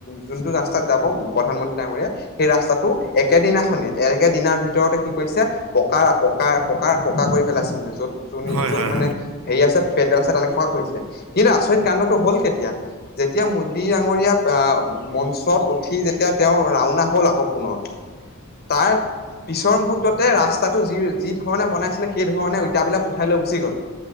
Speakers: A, on the left (about 45°); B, on the right (about 65°).
A: যোনটো ৰাস্তাত, যাব প্ৰধানমন্ত্ৰী ডাঙৰীয়া সেই ৰাস্তাটো একে দিনাখনে একে দিনাৰ ভিতৰতে, কি কৰিছে পকাৰ পকা পকাৰ পকা কৰি পেলাইছে মানে যত যোন
B: হয়
A: য'ত
B: হয় হয়
A: মানে হেৰি আছে, পেণ্ডেল আছে তালৈকে প্ৰকাশ কৰিছিলে কিন্তু আচৰিত কাণ্ডটো হল কেতিয়া যেতিয়া মোদী আাঙৰীয়া আহ! মঞ্চত উঠি যেতিয়া তেওঁ ৰাওনা হল আকৌ পুনৰ, তাৰ পিছৰ মুহুৰ্ততে ৰাস্তাটো যি যি ধৰণে বনাইছিলে সেই ধৰণে এই বিলাক, উঠাই লৈ গুচি গল,